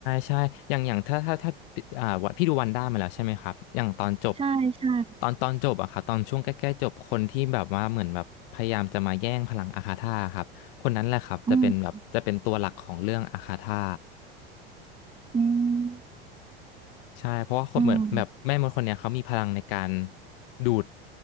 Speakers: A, on the left; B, on the right.
A: ใช่อย่างอย่างถ้าถ้าถ้าอ่าวัดพี่ดูวันด้ามาแล้วใช่ไหมครับอย่างตอนจบ
B: ใช่ใช่
A: ตอนตอนจบอะครับตอนช่วงใกล้ๆจบคนที่แบบว่าเหมือนแบบพยายามจะมาแย่งพลังอาคาธาครับคนนั้นแหละครับจะเป็นแบบจะเป็นตัวหลักของเรื่องอาคาธา
B: อืมอืม
A: ใช่เพราะว่าคนเหมือนแบบแม่มดคนเนี้ยเขามีพลังในการ
B: อืม
A: ดูด